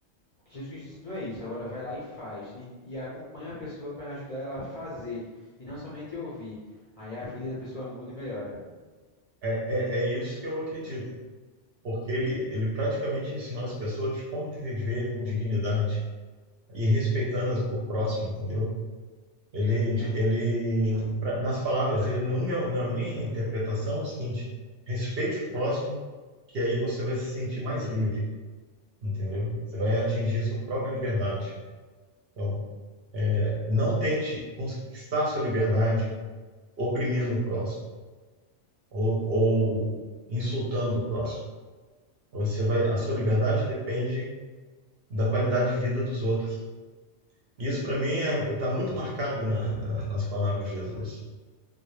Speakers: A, on the left; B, on the right.
A: o que Jesus Cristo ensinou é isso, agora vai lá e faz. E, e acompanha a pessoa para ajudar ela a fazer e não somente ouvir. Aí a vida da pessoa muda e melhora.
B: É, é, é isso que eu acredito, porque ele, ele praticamente ensinou as pessoas como viver com dignidade e respeitando as- o próximo, entendeu? Ele, de- ele pra- nas palavras dele, no meu, na minha interpretação, é o seguinte: respeite o próximo, que aí você vai se sentir mais livre, entendeu? Você vai atingir sua própria liberdade. Então, não tente conquistar sua liberdade oprimindo o próximo ou, ou insultando o próximo. Você vai, a sua liberdade depende da qualidade de vida dos outros. Isso, para mim, está muito marcado na- na- nas palavras de Jesus.